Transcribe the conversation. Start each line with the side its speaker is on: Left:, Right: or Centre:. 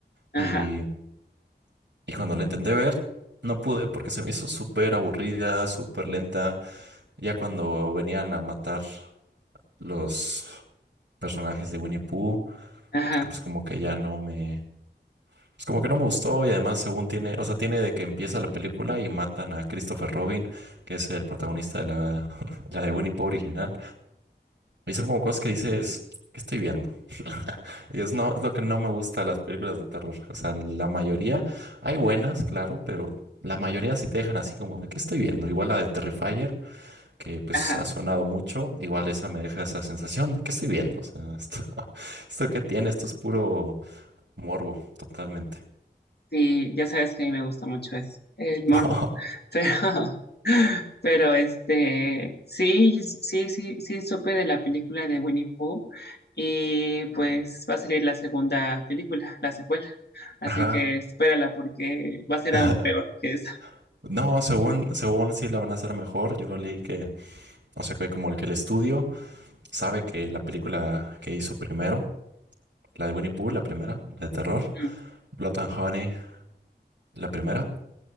Left: ajá,
Right: Y, y cuando la intenté ver, no pude porque se me hizo súper aburrida, súper lenta. Ya cuando venían a matar. los personajes de Winnie Pooh,
Left: ajá,
Right: que pues como que ya no me, pues como que no me gustó y además según tiene, o sea, tiene de que empieza la película y matan a Christopher Robin, que es el protagonista de la, <laughs> la de Winnie Pooh original, y son como cosas que dices, ¿qué estoy viendo? <laughs> Y es, no, es lo que no me gusta de las películas de terror, o sea, la mayoría, hay buenas, claro, pero... La mayoría sí te dejan así como, ¿qué estoy viendo? Igual la de Terrifier que pues
Left: ajá.
Right: ha sonado mucho, igual esa me deja esa sensación de que estoy viendo. O sea, esto, <laughs> esto que tiene, esto es puro morbo, totalmente.
Left: Sí, ya sabes que a mí me gusta mucho eso, el morbo.
Right: <laughs>
Left: Pero, <laughs> pero este, sí, sí, sí, sí supe de la película de Winnie Pooh y pues va a salir la segunda película, la secuela. Así
Right: Ajá.
Left: que espérala porque va a ser
Right: <laughs>
Left: aún peor que esa.
Right: No, según, según sí la van a hacer mejor. Yo leí que, o sea, que como el que el estudio sabe que la película que hizo primero, la de Winnie Pooh, la primera, la de terror,
Left: Ujú.
Right: Blood and Honey, la primera,